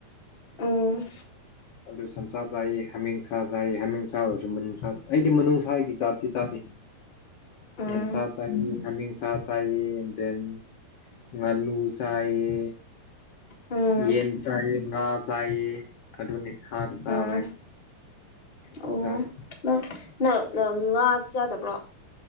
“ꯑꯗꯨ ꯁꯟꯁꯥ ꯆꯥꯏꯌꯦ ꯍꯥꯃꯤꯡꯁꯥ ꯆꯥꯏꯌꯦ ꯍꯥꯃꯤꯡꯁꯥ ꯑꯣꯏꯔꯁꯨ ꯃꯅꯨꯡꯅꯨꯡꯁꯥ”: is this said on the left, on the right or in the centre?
Left